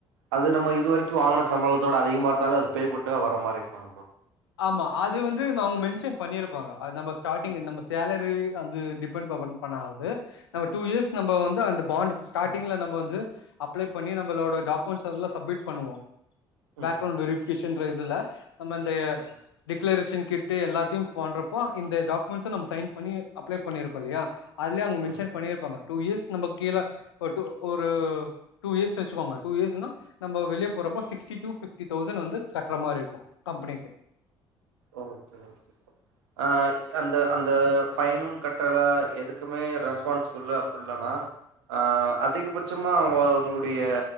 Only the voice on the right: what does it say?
அது நம்ம இது வரைக்கு வாங்கன சம்பளத்தோட அதிகமா இருந்தாலு அது பேப்பன்ட்டுதா வர மாரி இருக்குமா ப்ரோ
ம்
ம்
ம் ம்
ம்
ஓகே ஓகே அ அந்த அந்த ஃபைனு கட்டல எதுக்குமே ரெஸ்பான்ஸ் ஃபுல்லு உள்ளனா ஆ அதிகபட்சமா அவுங்க உங்களுடைய